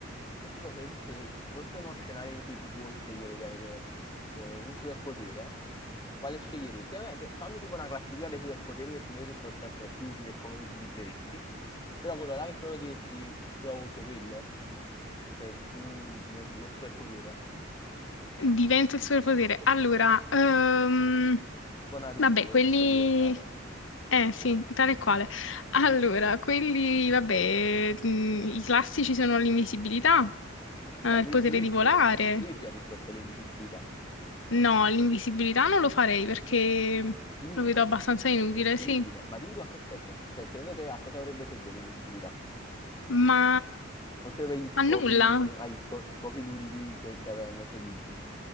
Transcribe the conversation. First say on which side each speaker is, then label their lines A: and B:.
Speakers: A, on the left; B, on the left.
A: È tipo se, se ci fosse uno scenario in cui tu puoi scegliere di avere eh, un superpotere, quale sceglieresti? Ovviamente fammi tipo una classifica dei superpoteri che secondo te possono essere più utili e come li utilizzeresti. Però quello là che proprio diresti, io uso quello, cioè tu di- diventi questo superpotere.
B: Diventa il superpotere. Allora, ehm,
A: tipo Naruto
B: vabbè,
A: pu-
B: quelli...
A: puoi diventare.
B: Eh sì, tale e quale. Allora, quelli, vabbè, mh, i classici sono l'invisibilità, eh,
A: Eh, Lu-
B: il potere
A: Luigi,
B: di volare.
A: Luigi ha risposto all'invisibilità.
B: No, l'invisibilità non lo farei perché
A: Inutile,
B: lo vedo abbastanza inutile,
A: inutile.
B: sì.
A: Ma dimmi tu a che serve? Cioè, secondo te a cosa dovrebbe servire l'invisibilità?
B: Ma
A: Oltre per gli scopi,
B: a nulla.
A: agli sco- scopi luridi che, che aveva in mente Luigi.